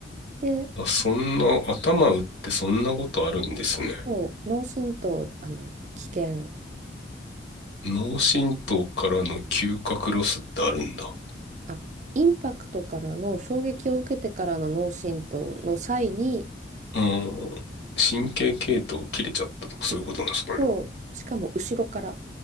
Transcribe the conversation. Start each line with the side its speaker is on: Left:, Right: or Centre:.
Right: で、
Left: あ、あそんな、頭打ってそんなことあるんですね。
Right: そう、脳震盪、あの、危険、
Left: 脳震盪からの嗅覚ロスってあるんだ。
Right: あ、インパクトからの衝撃を受けてからの脳震盪の際に、
Left: うん。神経系統切れちゃったとかそういうことなんですかね。
Right: きそう、しかも後ろから。